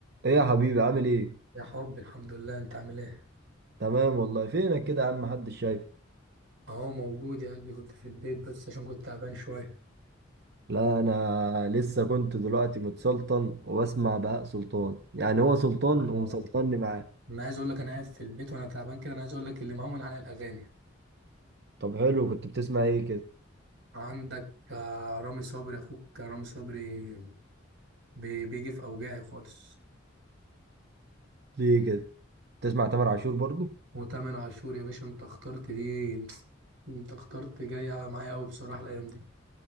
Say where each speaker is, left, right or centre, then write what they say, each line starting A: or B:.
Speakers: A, on the right; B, on the right.
A: ايه يا حبيبي عامل ايه؟
B: يا حب الحمد لله انت عامل ايه
A: تمام والله فينك كده يا عم محدش شايف
B: اهو موجود يا قلبي كنت في البيت بس عشان كنت تعبان شويه
A: لا انا لسه كنت دلوقتي متسلطن وبسمع بهاء سلطان يعني هو سلطان
B: اه
A: ومسلطني معاه
B: انا عايز اقول لك انا قاعد في البيت وانا تعبان كده انا عايز اقول لك اللي مهون عليا الاغاني
A: طب حلو كنت بتسمع ايه كده؟
B: عندك آه، رامي صبري اخوك رامي صبري بي- بيجي في اوجاعي خالص
A: ليه كده؟ بتسمع تامر عاشور برضو؟
B: وتامر عاشور يا باشا انت اخترت دي انت اخترت جايه معايا قوي بصراحه الايام دي